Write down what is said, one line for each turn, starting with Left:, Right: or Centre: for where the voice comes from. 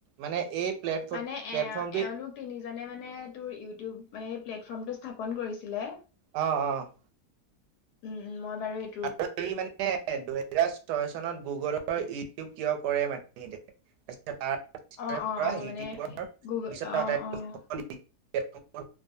Right: মানে এই প্লেটফ-
Left: মানে
Right: প্লেটফৰ্মটোৱে
Left: এ এওঁলোক তিনিজনে মানে তোৰ ইউটিউব মানে এই প্লেটফৰ্ম টো স্থাপন কৰিছিলে।
Right: অ'অ'
Left: উম, উম, মই বাৰু এইট
Right: আৰু এই মানে দুহেজাৰ ছয় চনত গুগলৰ ইউটিউব কিয় কৰে মান <unintelligible>
Left: অ', অ', অ', মানে গুগল
Right: <unintelligible>
Left: অ', অ',
Right: পূজাত